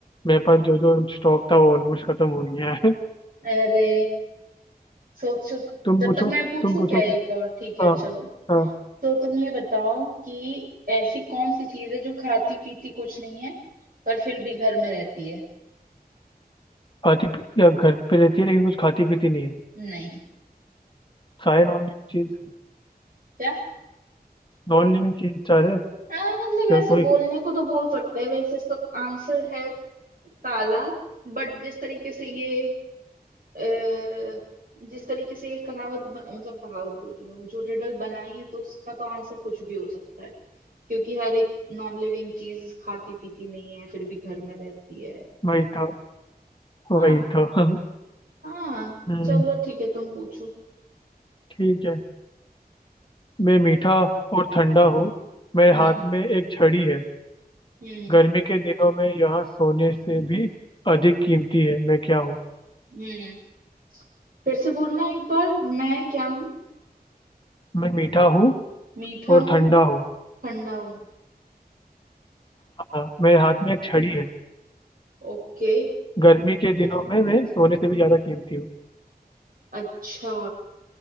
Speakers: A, on the left; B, on the right.
A: मेरे पास जो जो स्टॉक था वो ऑलमोस्ट खत्म हो गया है
B: अरे सोचो
A: <laughs> तुम
B: जब
A: पूछो
B: तक मैं पूछू
A: तुम पूछो
B: क्या
A: कुछ।
B: एक और ठीक है
A: हाँ
B: चलो
A: हाँ
B: तो तुम ये बताओ कि ऐसी कौन सी चीज है जो खाती पीती कुछ नहीं है पर फिर भी घर में रहती है
A: खाती पी- या घर पे रहती है लेकिन कुछ खाती पीती नहीं है
B: नहीं
A: सारे नॉन लिविंग चीज
B: क्या
A: नॉन लिविंग चीज चाह रहे
B: आ, मतलब
A: क्या
B: ऐसे
A: कोई
B: बोलने को तो बोल सकते हैं वैसे इसका आंसर है ताला बट जिस तरीके से ये अ, जिस तरीके से ये कहावत ब- मतलब कहावत बोल रही हूँ जो रिडल बनाई है तो उसका तो आंसर कुछ भी हो सकता है क्योंकि हर एक नॉन लिविंग चीज खाती पीती नहीं है फिर भी घर में रहती है
A: वही था वही
B: हाँ
A: था <laughs>
B: हाँ
A: हम्म
B: चलो ठीक है तुम पूछो
A: ठीक है मैं मीठा और ठंडा हूँ मेरे
B: हम्म
A: हाथ में एक छड़ी है
B: हम्म
A: गर्मी के दिनों में यह सोने से भी अधिक कीमती है मैं क्या हूँ
B: हम्म फिर से बोलना एक बार मैं क्या हूँ
A: मैं मीठा हूँ
B: मीठा
A: और
B: हूँ
A: ठंडा हूँ
B: ठंडा हूँ
A: हाँ मेरे हाथ में एक छड़ी है
B: ओके
A: गर्मी के दिनों में मैं सोने से भी ज्यादा कीमती हूँ
B: अच्छा